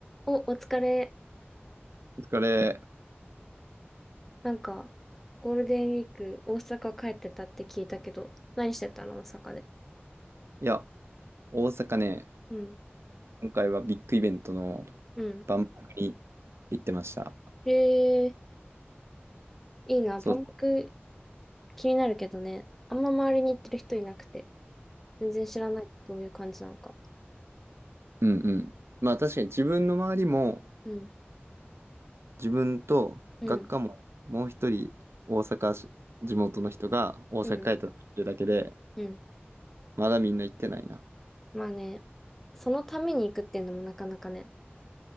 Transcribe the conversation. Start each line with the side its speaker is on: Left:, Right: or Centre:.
Centre: お、お疲れ。
Right: お疲れ。
Centre: なんか、ゴールデンウィーク、大阪帰ってたって聞いたけど、何してたの大阪で。
Right: いや、大阪ね、
Centre: うん。
Right: 今回はビッグイベントの
Centre: うん。
Right: 万博に行ってました。
Centre: へえ、いいな。
Right: そう。
Centre: 万博気になるけどね。あんま周りに行ってる人いなくて、全然知らないどういう感じなのか。
Right: うんうん。まあ確かに自分の周りも、
Centre: うん。
Right: 自分と学科ももう一人大阪し、
Centre: うん。
Right: 地元の人が大阪帰ったっていうだけで、
Centre: うん。うん。
Right: まだみんな行ってないな。
Centre: まあね、そのために行くっていうのもなかなかね、